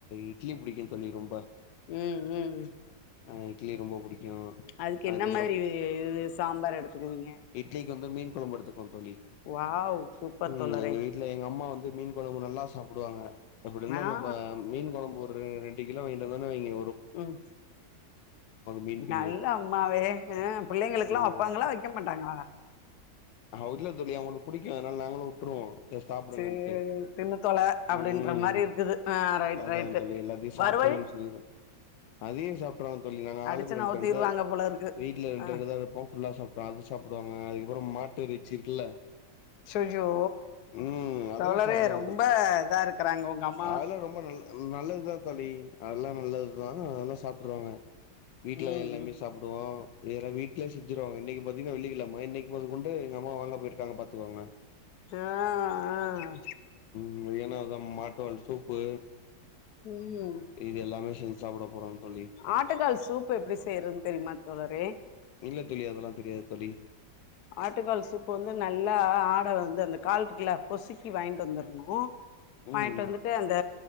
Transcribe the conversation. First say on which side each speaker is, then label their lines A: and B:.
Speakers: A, on the left (about 80°); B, on the left (about 65°).
A: இட்லி புடிக்கு தோழி ரொம்ப
B: ம் ம்
A: ஆ இட்லி ரொம்ப புடிக்கு
B: அதுக்கு
A: அதுக்கப்புறோ
B: என்ன மாரி சாம்பார் எடுத்துக்குவீங்க
A: இட்லிக்கு வந்து மீன் கொழம்பு எடுத்துக்குவே தோழி
B: வாவ் சூப்பர்
A: ம்
B: தோழரே
A: எங்க வீட்ல எங்க அம்மா வந்து மீன் கொழம்பு நல்லா சாப்டுவாங்க அப்டியிருத்தாலு
B: ம் ஆ
A: நம்ம மீன் கொழம்பு ஒரு ரெண்டு கிலோ வாங்கிட்டு வந்தோ வைய்ங்க
B: ம்
A: மீன் பிரியர்
B: நல்ல அம்மாவே ஆ புள்ளைங்களுக்கெல்லா
A: ம்
B: வெப்பாங்களா வெ க்க மாட்டாங்ளா
A: அப்டி இல்ல தோழி அவங்களுக்கு புடிக்கு அதனால நாங்களு விட்ருவோ சாப்டுங்கன்ட்டு
B: சேரி தின்னு தொல அப்டின்ற
A: ம்
B: மாரி இருக்குது ஆ ரைட்
A: அதா
B: ரைட்டு
A: தோழி எல்லாத்தையு
B: வறுவல்
A: சாப்டுங்க சொ <unintelligible> அதையு சாப்ட்ருவாங்க தோழி நாங்க
B: அடிச்சு
A: ஆளுக்கு
B: நவுத்திருவாங்க
A: ரெண்டு ரெண்டு
B: போல இருக்கு
A: வீட்ல ரெண்டு
B: ஆ
A: ரெண்டுதா எடுப்போ ஃபுல்லா சாப்டுவாஅது சாப்டுவாங்க அதுக்கப்றோ மாட்டிறைச்சி இருக்குல்ல
B: ஐயய்யோ
A: ம் அதெல்லா
B: தோழரே
A: சாப்டுவாங்க
B: ரொம்ப
A: தோழி
B: இதா இருக்கறாங்க உங்க அம்
A: அதெல்லா ரொம்ப நல்ல நல்லதுதா தோழி அதெல்லா நல்லதுதா அதெல்லா சாப்ட்டுவாங்க வீட்லா
B: ம்
A: எல்லாமே
B: ம்
A: சாப்டு வோ வீட்லயே செஞ்சுருவங்க இன்னிக்கு பாத்தீங்கன்னா வெள்ளி கெழம இன்னிக்கு மொதக்கொ ண்டு எங்க அம்மா வாங்க போயிருக்காங்க பாத்துக்கோங்க
B: ஆ ஆ
A: நிம்மதியான அதா மாட்டு வால் சூப்பு
B: ம்
A: இதெல்லாமே செஞ்சு சாப்ட போறோ தோழி
B: ஆட்டுக்கால் சூப் எப்டி செய்யறதுன்னு தெரியுமா தோழரே
A: இல்ல தோழி அதெல்லா தெரியாது தோழி
B: ஆட்டுக்கால் சூப்பு வந்து நல்லா ஆட வந்து அந்த கால் இருக்குல பொசுக்கி வாங்க்ட்டு வந்துரணு வாங்கிட்டு
A: ம்
B: வந்துட்டு அந்த